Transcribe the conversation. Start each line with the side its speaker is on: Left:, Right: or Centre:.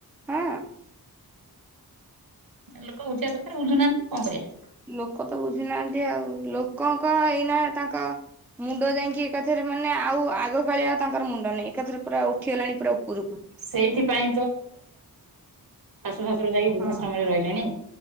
Centre: ହଁ
Right: ଲୋକ ବୁଝିବା ଦରକାରେ ବୁଝୁନାହାନ୍ତି କଣ କରିବା।
Centre: ଲୋକ ତ ବୁଝୁନାହାନ୍ତି ଆଉ ଲୋକଙ୍କ ଏଇନା ତାଙ୍କ ମୁଣ୍ଡ ଯାଇକି ଏକାଥରେ ମାନେ ଆଉ ଆଗକାଳିଆ ଆଉ ତାଙ୍କର ମୁଣ୍ଡ ନାଇଁ ଏକାଥରେ ପୁରା ଉଠିଗଲାଣି ପୁରା ଉପରକୁ।
Right: ସେଇଥିପାଇଁ ତୋ ଶ୍ୱଶୁର ଯାଇକ ବୃଧାଶ୍ରମରେ
Centre: ହଁ।
Right: ରହିଲେନି?